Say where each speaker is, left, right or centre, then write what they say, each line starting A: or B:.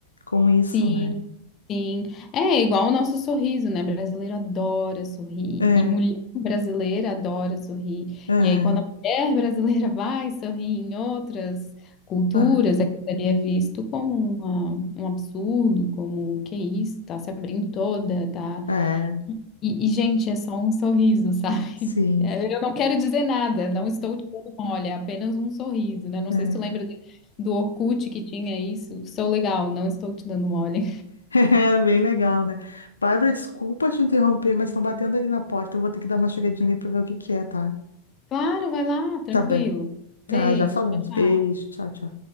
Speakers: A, on the left; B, on the left.
A: com isso,
B: Sim,
A: né?
B: sim. É igual o nosso sorriso, né? Brasileiro adora sorrir.
A: É,
B: E mulher brasileira adora sorrir.
A: é,
B: E aí, quando a mulher brasileira <laughs> vai sorrir em outras culturas,
A: aham,
B: aquilo ali é visto como uma- um absurdo, como que isso, tá se abrindo toda, tá.
A: é,
B: E, e, gente, é só um sorriso, sabe? <laughs>
A: sim.
B: É, Eu não quero dizer nada, não estou te dando mole, é apenas um sorriso, né? Não
A: é.
B: sei se tu lembra de- do Orkut que tinha isso. Sou legal, não estou te dando mole.
A: É bem legal, né? Bárbara, desculpa te interromper, mas estão batendo ali na porta. Eu vou ter que dar uma chegadinha ali pra ver o que que é, tá?
B: Claro, vai lá, tranquilo.
A: Tá bem. Tá,
B: Beijo,
A: já falamos.
B: tchau, tchau.
A: Beijo, tchau, tchau.